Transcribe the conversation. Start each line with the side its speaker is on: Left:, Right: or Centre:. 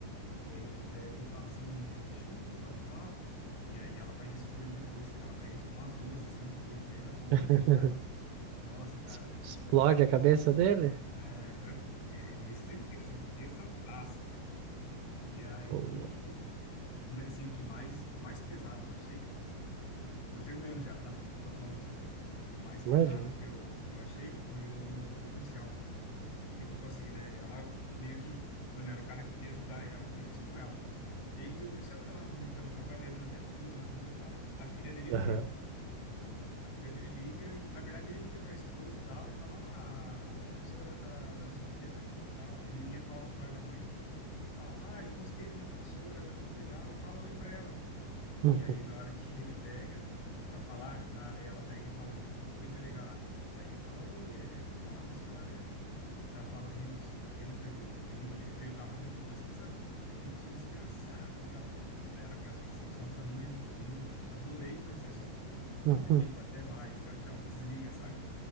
Left: Daí ele pega e fala assim, é, chupa, tal. E aí ela faz isso com ele depois, só que ela pega tipo uma 12 assim, põe bem na boca
Right: <laughs>
Left: dele, sabe? Nossa, cara,
Right: Es- Explode
Left: é muito da hora.
Right: a cabeça dele?
Left: Aham. É, é nesse sentido, assim, pesadaço, velho. E aí.
Right: Boa,
Left: Mas assim, o que mais, o mais pesado que eu achei, cara. Tô terminando já, tá? Não vou tomar muito seu tempo. O mais pesado
Right: imagina.
Left: que eu, que eu achei foi o, o do policial. que tipo assim, né? Ela meio que. Mano, era o cara que podia ajudar ela e fez isso com ela. E aí um dia o policial tá lá, bonitão, trabalhando na viatura, na rua, tal. A filha dele liga.
Right: Aham. <laughs>
Left: A filha dele liga e, na verdade, ele liga pra esposa, tal, e fala: "Ah, a professora da, da nossa filha tá aqui", e tal. E a menininha toma o celular da mãe, fala: "Pai, eu gostei da minha professora, ela é muito legal. Fala oi pra ela".
Right: Uhum,
Left: E aí na hora que <laughs> ele pega pra falar, a, ela pega e fala tipo: "Oi, delegado". Daí ele fala: "Oi, é, é- como que é o nome da senhora mesmo?" Ela fala Hills, Jennifer Hills. Daí, tipo, ele freia o carro com tudo, assim, sabe? Daí, tipo, sou desgraçada, tal. Daí ela começa a falar assim, sua família é muito linda. Adorei conhecer sua filha.
Right: uhum.
Left: Daí, tipo, até mais, tchau, tchau. E desliga, sabe?